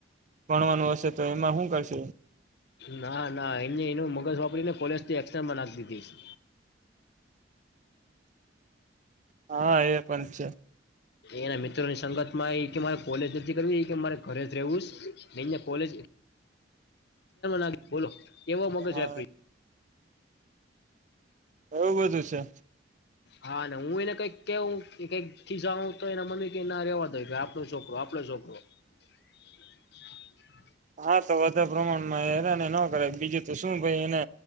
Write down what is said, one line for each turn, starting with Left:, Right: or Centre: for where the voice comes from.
Right: ભણવાનું હશે તો એમાં હું કરશે.
Left: ના ના એને એનું મગજ વાપરીને કોલેજ થી એક્સામમાં નાખ દીધી.
Right: હા એ પણ છે.
Left: એના મિત્રોની સંગત માં એ કે મારે કોલેજ નથી કરવી એ કે મારે ઘરે જ રહેવુંસ ને ઐયા કોલેજ <unintelligible> બોલો એવો મોકે
Right: હા
Left: છે આપ
Right: એવું બધું છે.
Left: હા ને હું એને કઈક કેવું કઈક ખીજાવું તો એના મમ્મી કે ના રેવાડો ઈકે આપડો છોકરો આપડો છોકરો. <unintelligible>
Right: હા તો વધાર પ્રમાણમાં હેરાને નો કરાય બીજું તો શું ભાઈ એને